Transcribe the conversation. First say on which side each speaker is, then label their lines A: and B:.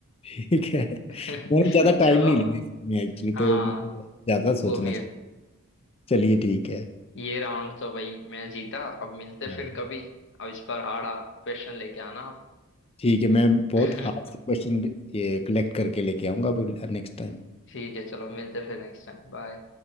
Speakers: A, on the left; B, on the left.
A: ठीक है
B: <laughs>
A: मैंने ज्यादा
B: चलो
A: टाइम नहीं लिया इसमें एक्चुअली
B: हाँ
A: तो मतलब ज्यादा
B: वो
A: सोचना
B: भी
A: चाहिए
B: है
A: चलिए ठीक है
B: ये राउंड तो भाई मैं जीता अब मिलते
A: हाँ
B: फिर कभी अब इस पर हारा क्वेश्चन लेके आना आप
A: ठीक है मैं बहुत
B: <laughs>
A: हार्ड से क्वेश्चन ये कलेक्ट करके लेके आऊंगा नेक्स्ट टाइम
B: ठीक है चलो मिलते फिर नेक्स्ट टाइम बाय